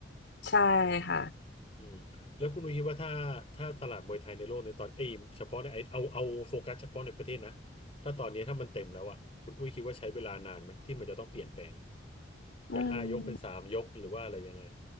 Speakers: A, on the left; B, on the left.
A: ใช่ค่ะ
B: อืมแล้วคุณนุ้ยคิดว่าถ้าถ้าตลาดมวยไทยในโลกในตอนเอ้ยเฉพาะในไอเอาเอาโฟกัสเฉพาะในประเทศนะถ้าตอนนี้ถ้ามันเต็มแล้วอ่ะคุณอุ้ยคิดว่าใช้เวลานานไหมที่มันจะต้องเปลี่ยนแปลง
A: อืม
B: จากห้ายกเป็นสามยกหรือว่าอะไรยังไง